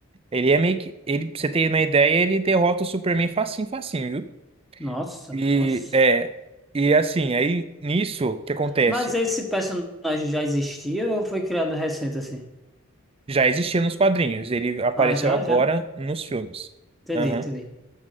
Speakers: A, on the right; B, in the centre.
A: Ele é meio que, ele, pra você ter uma ideia, ele derrota o Superman facinho, facinho, viu?
B: Nossa,
A: E,
B: nossa.
A: é, e assim, aí nisso, o que acontece?
B: Mas esse personagem já existia ou foi criado recente assim?
A: Já existia nos quadrinhos, ele apareceu
B: Ah, já,
A: agora
B: já.
A: nos filmes.
B: Entendi,
A: Aham.
B: entendi.